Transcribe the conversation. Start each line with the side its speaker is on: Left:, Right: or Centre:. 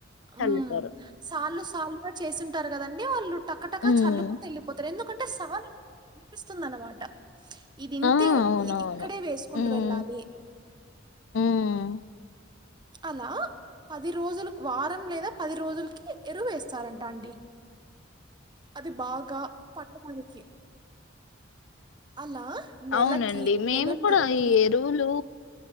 Right: హ్మ్
Left: చల్లుతారు
Right: సాల్లు సాల్లుగా చేసింటా ఉంటారు కదండి వాళ్ళు టకటకా
Left: ఉమ్
Right: చల్లుకుంట యెళ్లిపోతారు ఎందుకం అంటే సాల అనేది కనిపిస్తుంది అన్నమాట ఇదింతే
Left: ఆ
Right: ఉంది
Left: అవునవును
Right: ఇక్కడే వేసుకుంటు
Left: ఉమ్
Right: వెళ్ళాలి
Left: ఉమ్
Right: అలా పది రోజులకు వారం లేదా పది రోజులకి ఎరువు వేస్తారంట అండి అది బాగా పండడానికి అలా నెలకి,
Left: అవునండి మేము
Right: నెలన్నరకి
Left: కూడా ఈ ఎరువులు